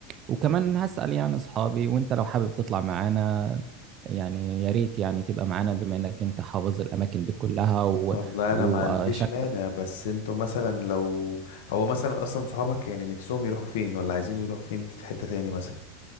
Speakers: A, on the right; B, on the left.
A: وكمان هسأل يعني أصحابي وأنت لو حابب تطلع معانا يعني يا ريت يعني تبقى معانا بما إنك أنت حافظ الأماكن دي كلها و...
B: والله
A: وشكلك
B: انا ما عنديش مانع بس انتوا مثلا لو هو مثلا اصلا صحابك يعني نفسهم يروحوا فين ولا عايزين يروحوا فين في حتة تاني مثلا